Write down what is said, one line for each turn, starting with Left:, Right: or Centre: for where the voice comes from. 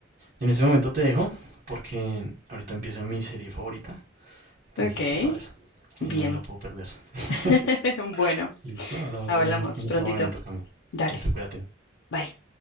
Right: En ese momento te dejo porque ahorita empieza mi serie favorita. Entonces
Left: Ok,
Right: tú sabes,
Left: bien.
Right: eh, no me la puedo perder. <laughs>
Left: <laughs> Bueno,
Right: Listo, hablamos
Left: hablamos
Right: en, en
Left: prontito.
Right: otro momento, Cami.
Left: Dale,
Right: Listo, cuídate.
Left: bye.